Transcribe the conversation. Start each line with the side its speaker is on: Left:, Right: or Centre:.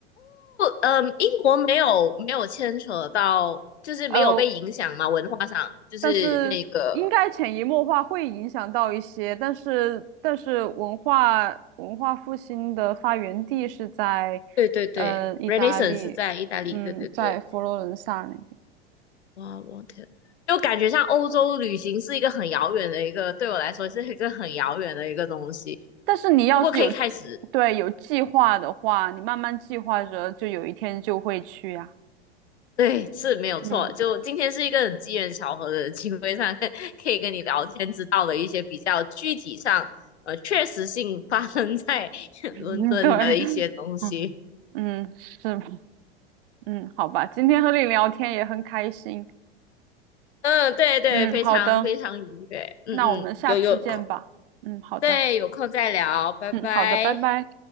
Left: 嗯，英国没有没有牵扯到，就是没有被影响嘛，
Right: 呃，
Left: 文化上就是那个，
Right: 但是应该潜移默化会影响到一些，但是但是文化文化复兴的发源地是在
Left: 对对对，Renaissance
Right: 呃意大利，
Left: 是在意大利，
Right: 嗯，
Left: 对对对，
Right: 在佛罗伦萨那边。
Left: 哇，我天，就感觉像欧洲旅行是一个很遥远的一个，对我来说是一个很遥远的一个东西，
Right: 但是你要是有，
Left: 不过可以开始，
Right: 对，有计划的话，你慢慢计划着，就有一天就会去呀、
Left: 对，是没有错，
Right: 嗯嗯
Left: 就今天是一个很机缘巧合的机会上，<laughs> 可以跟你聊天，知道了一些比较具体上，呃，确实性发生在 <laughs>
Right: <laughs> 嗯，
Left: 伦敦的一些东西。
Right: 对，嗯嗯，是吧？嗯，好吧，今天和你聊天也很开心。
Left: 嗯，对对，
Right: 嗯，
Left: 非常非常愉悦。
Right: 好的，
Left: 嗯嗯，
Right: 那我们下次见吧。
Left: 有有空，
Right: 嗯，好的，
Left: 对，有空再聊，拜拜。
Right: 嗯，好的，拜拜。